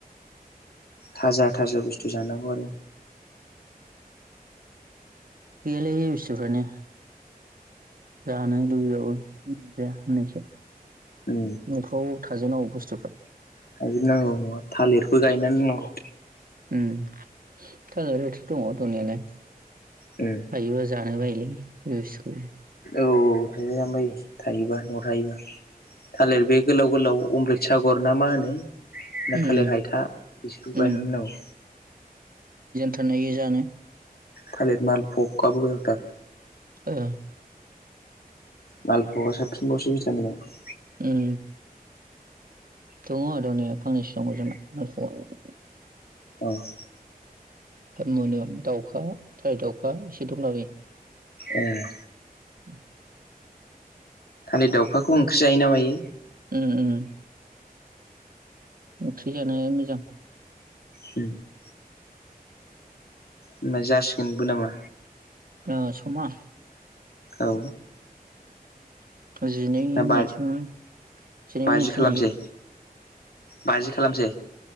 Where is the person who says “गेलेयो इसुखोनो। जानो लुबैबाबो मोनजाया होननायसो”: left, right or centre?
Right